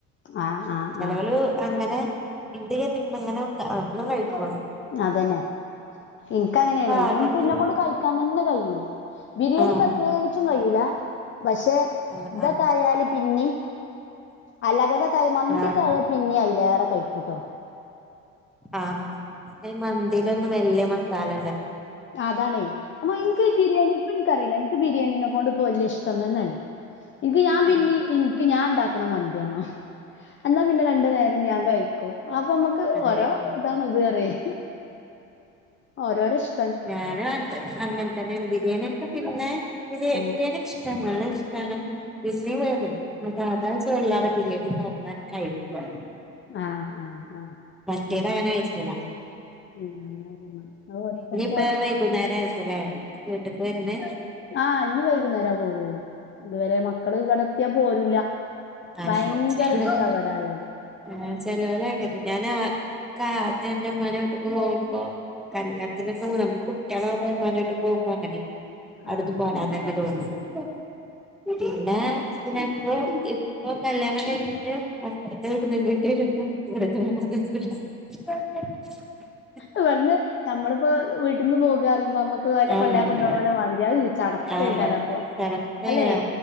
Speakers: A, on the left; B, in the centre.
A: ആഹ് ആഹ്
B: ചെലോല്
A: ആഹ്
B: അങ്ങനെ ഇണ്ട് കരുതി അധികം കഴിക്കു അല്ലോ
A: അതെന്നെ ഇൻക്ക് അങ്ങനെയാണ്.
B: പാകത്തിന്
A: ഇൻക്ക് ഇന്നെകൊണ്ട് കഴിക്കാൻ തന്നെ കയ്യൂല. ബിരിയാണി
B: ആഹ്
A: പ്രത്യേകിച്ചും കയ്യൂല. പക്ഷെ
B: ആഹ്
A: ഇതൊക്കെ
B: ആഹ്
A: ആയാല് പിന്നിം അല്ലാത്തതൊക്കെ ആയ മന്തി
B: ആഹ്
A: ഒക്കെ ആയ പിന്നിം അയിലേറെ കൈക്കൂട്ടോ.
B: ആഹ് ആഹ് അയിന് മന്തിലൊന്നും വല്ല്യ മസാലല്ല.
A: ആ അതാണേ അപ്പോ ഇൻക്ക് ഈ ബിരിയാണി ഇപ്പോ ഇൻക്കറീല ഇൻക്ക് ബിരിയാണിനെകൊണ്ട് ഇപ്പോ വല്ല്യ ഇഷ്ടം തന്നല്ല. ഇൻക്ക് ഞാൻ പിന്നിം
B: ഏഹ്
A: ഇൻക്ക് ഞാൻ ഇണ്ടാക്ക്ണ മന്തി വേണം. അന്നാ പിന്നെ രണ്ട് നേരം ഞാൻ കഴിക്കും. അപ്പൊ അമ്മക്ക്
B: അതായിരിക്കും
A: ഓരോ ഇതാണത് അറിയെ. ഓരോരോ ഇഷ്
B: ഞാനും അ അങ്ങനെതന്നെയാണ് ബിരിയാണിയൊക്കെ പിന്നെ ബിരി
A: ഏഹ്
B: ബിരിയാണി ഇഷ്ട <unintelligible> ഇഷ്ടാണ്. പിന്നെ വെറും സാദാ ചോറ് ഇല്ലാതെ ബിരിയാണി <unintelligible> കഴിക്കോള്ളൂ.
A: ആഹ് ആഹ് ആഹ്
B: മറ്റേതങ്ങനെ കയ്ക്കൂല.
A: ഉം അങ്ങനെ പോന്ന് അത് ഓരോരുത്തർക്ക്
B: വരാൻ വൈകുന്നേരം ആയിരിക്കുംല്ലേ വീട്ട്ക്ക് വര്ന്നേ?
A: ആഹ് ഇനി വൈകുന്നേര പോവുള്ളൂ അതുവരെ മക്കള് ഇവിടെ എത്തിയ പോരൂല.
B: ആഹ്
A: ഭയങ്കര
B: പിന്നാ
A: ഇഷ്ടാ ഇവിടായാല്
B: ഈഹ് ചേലോല് അങ്ങനെയ ഞാനാ ഇക്ക് ആദ്യം ഇന്റെ ഉമ്മാൻ്റെ വീട്ട്ക്ക് പോകുമ്പോ കല്യാണത്തിനൊക്കാ പോവും നമ്മള് കുട്ടിയളാവുമ്പോ ഉമ്മാൻ്റെ വീട്ട് പോവ്മ്പോ അങ്ങനെയ്ന്. അവിട്ന്ന്
A: ആഹ്
B: പോരാൻ
A: ആഹ്
B: തന്നെ തോന്നൂല പിന്നെ പിന്നെപ്പോ ഇ പ്പോ കല്യാണം കഴിഞ്ഞിട്ട് ഹസ്‌ബൻ്റിൻ്റെ വീട്ട്ന്ന് ഇങ്ങോട്ട് വരുമ്പോ ഇവിടെ തോന്ന്ണ്. <inaudible>
A: ഇവട്ന്ന് നമ്മളിപ്പോ വീട്ട്ന്ന് പോകാറയുമ്പോ അമ്മക്ക് ഓലെ
B: ആഹ്
A: കൊല്ലാൻ കൊണ്ടോണോലെ മാതിരിയാ <unintelligible> ചട പ്പേക്കാരം
B: ആഹ്
A: അപ്പോ
B: കണക്കെന്നെയാണ്
A: അല്ലെ